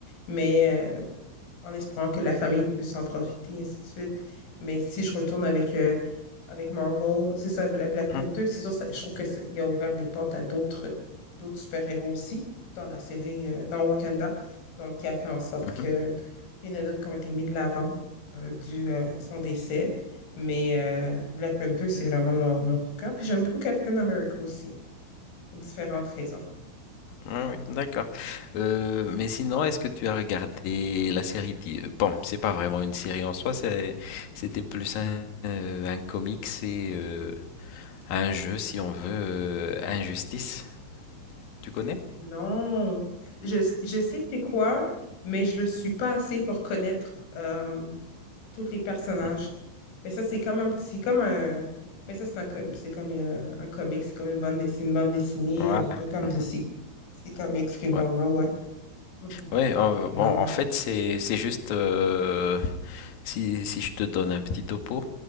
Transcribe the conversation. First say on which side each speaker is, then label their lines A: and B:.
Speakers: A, on the left; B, on the left.
A: mais euh, en espérant que la famille puisse en profiter, et ainsi de suite. Mais si je retourne avec, euh, avec Marvel, c'est ça, Bla- Black
B: Mhm,
A: Panther, c'est sûr, ça- je trouve qu'il a ouvert des portes à d'autres d'autres super-héros aussi dans la série, euh, dans Wakanda. Donc, qui a fait en sorte
B: mhm,
A: qu'il
B: mhm.
A: y en a d'autres qui ont été mis de l'avant euh, dû euh, à son décès. Mais euh, Black Panther, c'est vraiment mon, mon coup de cœur. Puis j'aime beaucoup Captain America aussi, pour différentes raisons.
B: Ouais, ouais, ouais, d'accord. Euh, mais sinon, est-ce que tu as regardé la série di- euh, Bon, c'est pas vraiment une série en soi, c'est- c'était plus un, euh, un comics et euh, un jeu, si on veut, euh, Injustice. Tu connais?
A: Non, je, je sais c'est quoi, mais je le suis pas assez pour connaître euh, tous les personnages.
B: Mhm.
A: Mais ça, c'est comme un petit, comme un, mais ça, c'est un, com- c'est comme euh, un comic, c'est comme une bande, dess- c'est une bande dessinée,
B: Voilà.
A: un peu comme
B: Mhm.
A: DC, DC Comics Tomorrow,
B: Ouais.
A: ouais. OK.
B: Ouais, euh,
A: Non.
B: bon, en fait, c'est c'est juste euh, si, si je te donne un petit topo,